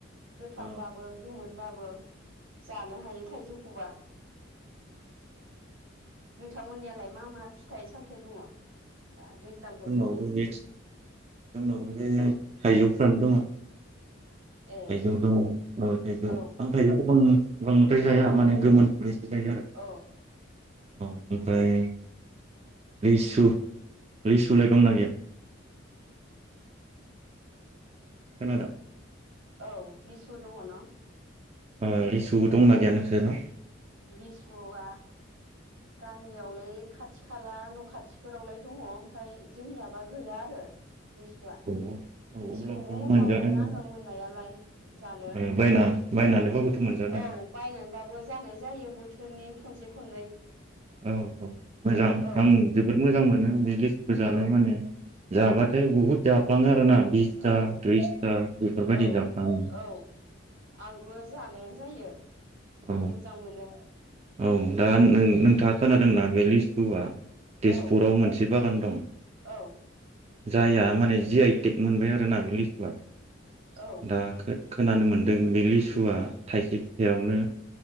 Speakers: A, on the right; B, on the right.
A: गोथांबाबो
B: औ
A: गोमोनबा जानो हायो थाइजौखौबा नोंथांमोननियालाय मा मा फिथाइ सामथाइ दङ दा दैज्लां बोथोरनि
B: जोंनावबो बे जोंनाव बे थाइजौफ्रानो दङ
A: ए
B: थाइजौ दं ओ थाइजौ
A: औ
B: आं थाइजौखौ बां बांद्राय जाया माने गोमोन <unintelligible> जायो आरो
A: औ
B: औ ओमफ्राय लिसु लिसुलाय दंना गैया खोनादों
A: औ लेसु दङ न'
B: औ लिसुबो दंना गैया नोंसोरनाव
A: लिसुआ गामियावलाय खाथि खाला न' खाथिफोरावलाय दङ ओमफ्राय जोंनियावबा गैया आरो लिसुवा
B: औ
A: लिसुखौबो
B: अब्लाबोथ'
A: मोजां
B: मोनजादों
A: मोनो
B: नोङो
A: आंङो मोननायालाय जानो
B: ओ बायना बायनानैबाबोथ' मोनजादों
A: औ बायनानैबाबो जानाय जायो। बोथोरनि खनसे खननै
B: औ औ मोजां नोंथां
A: औ
B: जोबोद मोजां मोन बे लेसुखौ जानो
A: औ
B: माने जाबाथाय बहुद जाफ्लाङो आरोना बिसथा
A: औ
B: त्रिसथा बेफोरबायदि
A: औ
B: जाफ्लाङो
A: औ आंबो जानायानो जायो
B: औ
A: मोजां मोनो
B: औ दा नोंथाङा खोनादोंना बे लिसुआ तेजपुराव
A: औ
B: मोनसे बागान दं
A: औ
B: जाया माने जि आइटेक मोनबाय आरोना बे लिसुआ
A: औ
B: दा खोनानो मोनदों बे लेसुआ लेसुआ थाइसे फिथाइआवनो